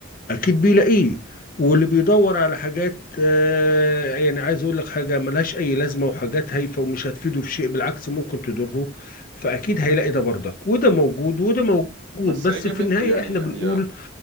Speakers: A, on the left; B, on the right.
A: أكيد بيلاقيه واللي بيدور على حاجات آه، يعني عايز أقول لك حاجة ملهاش أي لازمة وحاجات هايفة ومش هتفيده في شيء بالعكس ممكن تضره فأكيد هيلاقي ده برضك وده موجود وده موجود
B: بس
A: بس
B: هي جابت
A: في النهاية
B: يعني
A: إحنا بنقول
B: هي